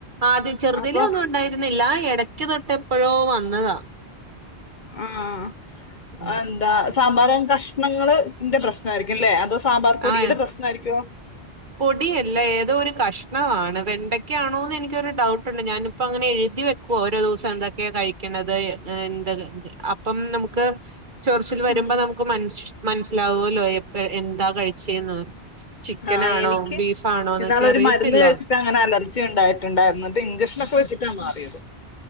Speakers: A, on the right (about 50°); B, on the left (about 50°).
A: ആദ്യം ചെറുതിലെ
B: അപ്പൊ
A: ഒന്നും ഉണ്ടായിരുന്നില്ല എട ക്ക് തൊട്ട് എപ്പഴോ വന്നതാ.
B: ആഹ്
A: ഉം
B: ആതെന്താ സാമ്പാറ് കഷ്ണങ്ങള് ൻ്റെ പ്രശ്നായിരിക്കുംല്ലേ അത്. സാമ്പാർപൊടിയുടെ
A: ആഹ്
B: പ്രശ്നായിരിക്കോ.
A: പൊടിയല്ല ഏതോ ഒരു കഷ്ണവാണ് വെണ്ടക്കാണോന്ന് എനിക്കൊരു ഡൗട്ടുണ്ട് ഞാനിപ്പങ്ങനെ എഴുതി വെ ക്കു ഓരോ ദിവസം എന്തൊക്കെയാ കഴിക്കണത് എന്ത് അപ്പം നമുക്ക്. ചൊർച്ചിൽ വരുമ്പ
B: ഉം
A: നമുക്ക് മൻ മനസ്സിലാവൊല്ലോ എപ്പ എന്താ കഴിച്ചേന്ന്. ചിക്കനാണോ
B: ആ എനിക്ക്
A: ബീഫാണോ എന്നൊക്കെ
B: ഇന്നാളൊരു
A: അറിയത്തില്ല
B: മരുന്ന് കഴിച് ഇച്ചങ്ങനെ അലർജി ഉണ്ടായിട്ടുണ്ടായിരുന്നത് ഇഞ്ചെക്ഷൻ ഒക്കെ വെച്ചിട്ടാ മാറിയത്.